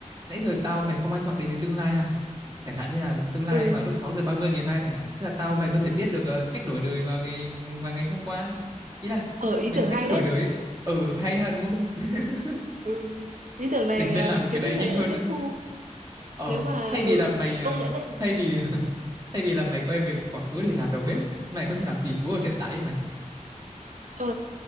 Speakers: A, on the right (about 30°); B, on the right (about 75°).
A: nãy giờ tao mày không ai chọn đến đến tương lai à chẳng hạn như là tương lai
B: Ừ,
A: vào lúc 6 giờ 30 ngày mai chẳng hạn thế là tao mày có thể biết được ờ, cách đổi đời vào ngày vào ngày hôm qua ý là
B: ở ý
A: mình
B: tưởng
A: sẽ biết
B: hay
A: cách
B: đấy.
A: đổi đời ấy. ừ hay ha đúng không
B: Ừ,
A: <laughs>
B: ừ. Ý tưởng này,
A: mình nên
B: ờ,
A: làm cái
B: kiến
A: đấy
B: thức này
A: nhanh
B: đã
A: hơn
B: được tiếp
A: đấy
B: thu.
A: ờ
B: Nếu mà
A: thay vì
B: ừ,
A: là mày
B: công
A: ờ,
B: nhận đấy.
A: thay vì <laughs> thay vì là mày quay về quá khứ để làm đầu bếp mày có thể làm tỷ phú ở hiện tại ấy mày
B: Ờ,